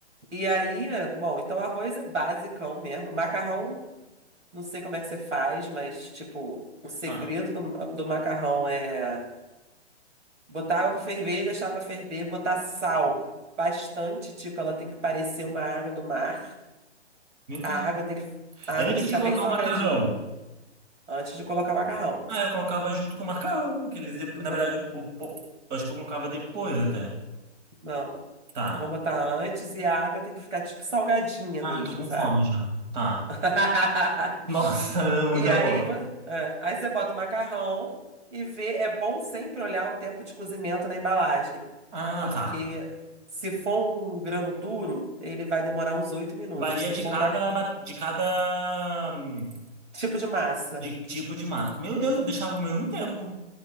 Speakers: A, on the right; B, on the right.
A: E aí, bom, então arroz é basicão mesmo. Macarrão, não sei como é que você faz, mas tipo, o segredo
B: Ah,
A: do, do macarrão é botar água pra ferver, deixar a água ferver, botar sal bastante, tipo, ela tem que parecer uma água do mar.
B: meu Deus.
A: A água tem que, a
B: Antes
A: água tem que ficar
B: de colocar
A: bem salgadinha
B: o macarrão.
A: antes de colocar o macarrão.
B: Ah, eu colocava junto com o macarrão. Aqueles depo-
A: N-
B: Na verdade, o, o, po- eu acho que eu colocava depois até.
A: Não.
B: Tá.
A: É bom botar antes e a água tem que ficar tipo salgadinha
B: Ah,
A: mesmo,
B: eu tô com
A: sabe?
B: fome já. Tá.
A: <laughs>
B: Nossa, <laughs> tá me dando muita
A: E aí,
B: fome.
A: vo- é, aí você bota o macarrão e vê. É bom sempre olhar o tempo de cozimento na embalagem,
B: Ah,
A: porque
B: tá.
A: se for um grano duro, ele vai demorar uns oito minutos.
B: Varia
A: Se
B: de
A: for
B: cada,
A: um
B: ma- de cada. hum,
A: tipo de massa,
B: de tipo de massa. Meu Deus, eu deixava ao mesmo tempo.